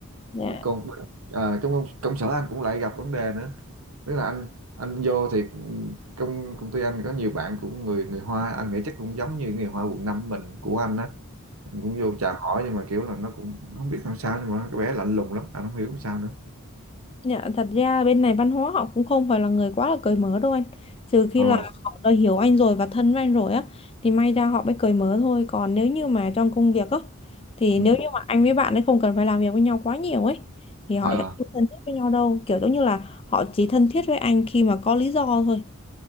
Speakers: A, on the left; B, on the right.
A: Dạ.
B: còn à, trong công, công sở anh cũng lại gặp vấn đề nữa tức là anh anh vô thì trong công ty anh có nhiều bạn cũng người người Hoa anh nghĩ chắc cũng giống như người Hoa quận 5 mình của anh á anh cũng vô chào hỏi nhưng mà kiểu là nó cũng không biết làm sao nhưng mà cái bé lạnh lùng lắm anh không hiểu sao nữa
A: Dạ, thật ra bên này văn hóa họ cũng không phải là người quá là cởi mở đâu anh. Trừ khi
B: ồ
A: là Dạ. họ đã hiểu anh rồi và thân với anh rồi á, thì may ra họ mới cởi mở thôi. Còn nếu như mà trong công việc á, thì
B: ừ
A: nếu như mà anh với bạn ấy không cần phải làm việc với nhau quá nhiều ấy, thì họ
B: ờ
A: sẽ không thân thiết với nhau đâu. Kiểu giống như là họ chỉ thân thiết với anh khi mà có lý do thôi.